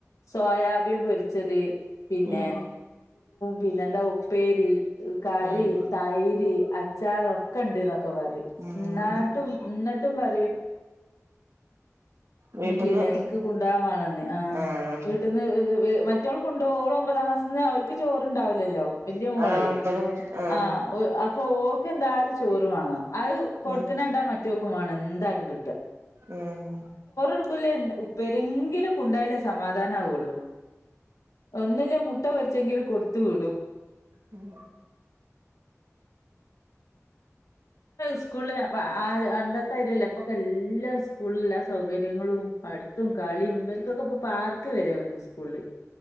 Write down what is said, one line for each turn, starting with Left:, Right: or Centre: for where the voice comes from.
Left: സോയാബീൻ പൊരിച്ചത് പിന്നെ
Right: ഉം
Left: പിന്നെ എന്താ ഉപ്പേരി കറി
Right: ഉം
Left: തൈര് അച്ചാറൊക്കെ ണ്ട്ന്നറിം ക്കെപറിം
Right: ഉം
Left: ന്നാട്ടും ന്നട്ടും പറിം
Right: വീട്ടിന്ന്
Left: ഉം പിന്നെ ഇൻക്ക് കൊണ്ടാകൻമാണെന്ന് ആ
Right: ആഹ്
Left: വീട്ടന്ന് മറ്റോൾ കൊണ്ട ഓളോ ഒമ്പതാം ക്ലാസിന് അവൾക്ക് ചോറണ്ടാവില്ലല്ലോ വലിയ മോളെ
Right: ആഹ് ഒമ്പത് മണി ആഹ്
Left: ആഹ പോക്ക് എന്തായാലും ചോറ് വേണം അത് കൊടുക്കണ
Right: ഉം
Left: ണ്ടാ മറ്റുവോക്കും വേണം എന്തായാലും കിട്ടും
Right: ഉം
Left: ടുക്കലേ ഉപ്പേരെങ്കിലും കൊണ്ടോയാലേ സമാധാനം ആവുള്ളു ഒന്നൂല്ലേ മുട്ട പൊരിച്ചെങ്കിലും കൊടുത്തു വിടും
Right: ഉം
Left: സ്കൂള ആ പണ്ടത്തെ അര്യല്ല ഇപ്പൊക്ക എല്ലാ സ്കൂളില എല്ലാ സൗകര്യങ്ങളും പടുത്തും കളിയും ഇവർക്കൊക്കെ ഇപ്പൊ പാർക്ക് വരെ വന്ന് സ്കൂള്